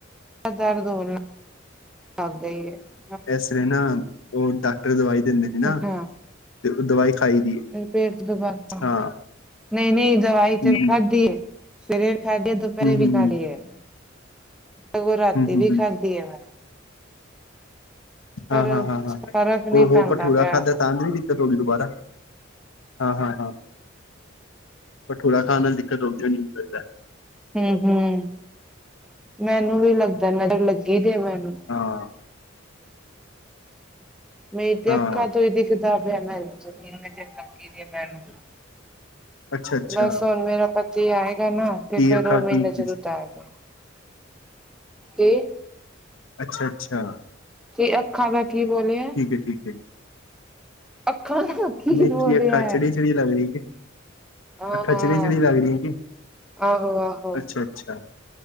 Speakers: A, in the centre; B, on the left.
A: ਦਰਦ ਹੋਣ ਲਈ ਗਈ ਹੈ। <unintelligible>
B: ਇਸ ਲਈ ਨਾ ਉਹ ਡਾਕਟਰ ਦਵਾਈ ਦਿੰਦੇ ਨੇ ਨਾ
A: ਅੱਛਾ
B: ਤੇ ਉਹ ਦਵਾਈ ਖਾਈ ਦੀ,
A: ਮੇਰੇ ਪੇਟ ਦੁਬਾਰਾ
B: ਹਾਂ।
A: ਨਹੀਂ ਨਹੀਂ, ਦਵਾਈ ਤੇ
B: ਹੂੰ
A: ਵੀ ਖਾਧੀ ਏ, ਸਵੇਰੇ ਵੀ ਖਾਕੇ, ਦੁਪਹਿਰੇ
B: ਹੂੰ
A: ਵੀ
B: ਹੂੰ
A: ਖਾ ਲਈ ਐ। ਸਗੋਂ ਰਾਤੀ
B: ਹੂੰ ਹੂੰ
A: ਵੀ
B: ਹੂੰ
A: ਖਾਦੀ ਏ ਮੈਂ। ਪਰ
B: ਹਾਂ, ਹਾਂ, ਹਾਂ, ਹਾਂ,
A: ਫ਼ਰਕ ਨਹੀਂ
B: ਹੋ, ਹੋ,
A: ਪੈਂਦਾ
B: ਭਠੂਰਾ
A: ਪਿਆ
B: ਖਾਧਾ। ਤਾਂਦਰੀ ਦਿੱਕਤ ਹੋਗੀ ਦੁਬਾਰਾ, ਹਾਂ, ਹਾਂ, ਹਾਂ। ਭਠੂਰਾ ਖਾਣ ਨਾਲ ਦਿੱਕਤ ਹੋਗੀ ਹੋਨੀ, ਮੈਨੂੰ ਲਗਦਾ।
A: ਹਮ ਹਮ, ਮੈਨੂੰ ਵੀ ਲੱਗਦੈ ਨਜਰ ਲੱਗੀ ਦੇ ਮੈਨੂੰ।
B: ਹਾਂ।
A: ਮੇਰੀ ਤੇ
B: ਹਾਂ
A: ਅੱਖਾਂ ਤੋਂ ਹੀ ਦੀਖਦਾ ਪੇਆ ਕਿ ਨਜਰ ਲਗੀ ਦੀ ਹੈ ਮੈਨੂੰ।
B: ਅੱਛਾ ਅੱਛਾ
A: ਬਸ ਹੁਣ, ਮੇਰਾ ਪਤੀ ਆਏਗਾ ਨਾ, ਤੇ
B: ਕੀ
A: ਫੇਰ
B: ਅੱਖਾਂ
A: ਉਹ ਮੇਰੀ
B: ਕੀ
A: ਨਜ਼ਰ
B: ਕਿਸ
A: ਉਤਾਰ ਦੇ। ਕਿ।
B: ਅੱਛਾ ਅੱਛਾ।
A: ਕੀ, ਅੱਖਾਂ ਦਾ ਕੀ ਬੋਲਿਆ।
B: ਠੀਕ ਹੈ‌, ਠੀਕ ਹੈ।
A: ਅੱਖਾਂ ਕੀ
B: ਨਈ
A: ਬੋਲਿਆ
B: ਕਿ ਅੱਖਾਂ
A: ਹੈ
B: ਚੜੀ-ਚੜੀ ਲੱਗ ਰਹੀ ਕੀ।
A: ਹਾਂ
B: ਅੱਖਾਂ ਚੜੀ-ਚਿੜੀ ਲੱਗ ਰਹੀਆਂ ਕੀ,
A: ਆਹੋ ਆਹੋ
B: ਅੱਛਾ-ਅੱਛਾ।